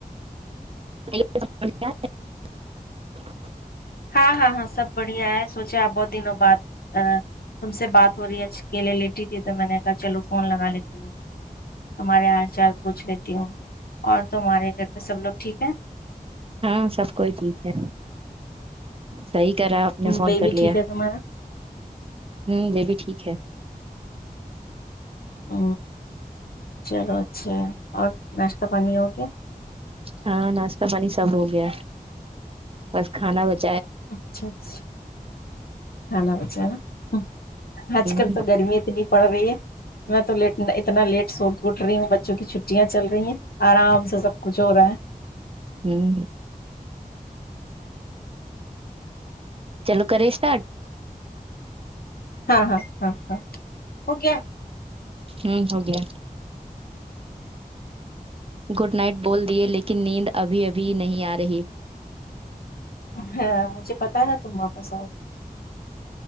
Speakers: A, on the right; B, on the left.
A: <inaudible>
B: ہاں ہاں ہاں سب بڑھیا ہے سوچے آپ بہت دنوں بد تم سے بات ہو رہی ہے اکیلے لیٹی تھی تو میں نے کہا چلو فون لگا لیتی ہوں تم کو تمہارے ہال چال پوچھ لیتی ہوں اور تمہارے گھر پہ سب لوگ ٹھیک ہیں
A: ہاں سب کوئی ٹھیک ہے صحی کر رہا ہے آپ نے فون
B: بیبی
A: کر لیا
B: ٹھیک ہے تمہارا
A: ہوں یہ بھی ٹھیک ہے
B: ہ چلو اچھا اور پانی ہو گیا
A: ہاں ناشتہ پانی سب ہو گیا بس کھانا بچ
B: اچھا اچھا کھانا بچانا آج
A: ہوں
B: کل تو گرمی اتنی پڑ رہی ہے میں تو لیٹ اتنا لیٹ سو گ گٹ رہی ہوں بچوں کی چھٹیاں چل رہی ہیں آرام سے سب کچھ ہو رہا ہے
A: ہوں چلو کرے اسٹارٹ
B: ہاں ہاں ہاں ہاں ہو کیایا
A: ہوں ہوگے گڈ نائٹ بول دیے لیکن کی نیند ابھی ابھی نہیں آ رہی
B: ہ مجھے پتا نا تم واپس آئے